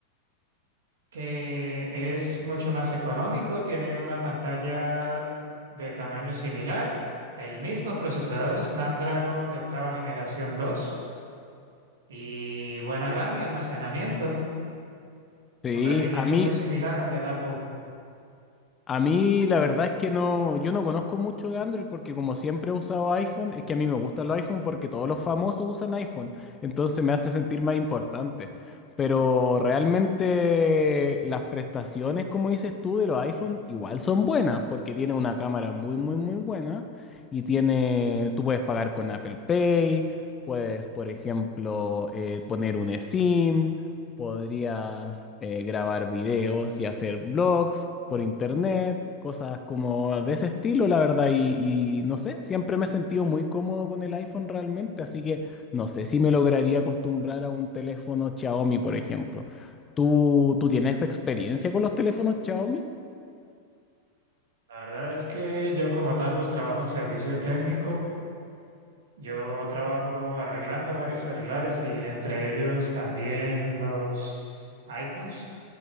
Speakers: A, on the right (about 60°); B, on the left (about 20°).
A: que es mucho más económico, tiene una pantalla de tamaño similar, el mismo procesador Snapdragon de octava generación 2 y buena RAM y almacenamiento,
B: Sí,
A: un rendimiento
B: a mí,
A: muy similar al del Apple.
B: A mí la verdad es que no, yo no conozco mucho de Android porque como siempre he usado iPhone, es que a mí me gusta el iPhone porque todos los famosos usan iPhone, entonces me hace sentir más importante. Pero realmente las prestaciones, como dices tú, de los iPhone igual son buenas porque tiene una cámara muy, muy, muy buena y tiene, tú puedes pagar con Apple Pay, puedes, por ejemplo, eh, poner un eSIM. Podrías eh, grabar videos y hacer blogs por internet, cosas como de ese estilo, la verdad. Y, y no sé, siempre me he sentido muy cómodo con el iPhone realmente, así que no sé si me lograría acostumbrar a un teléfono Xiaomi, por ejemplo. ¿Tú, tú tienes experiencia con los teléfonos Xiaomi?
A: La verdad es que yo como tal pues trabajo en servicio técnico Yo trabajo arreglando varios celulares y entre ellos también los iPhones.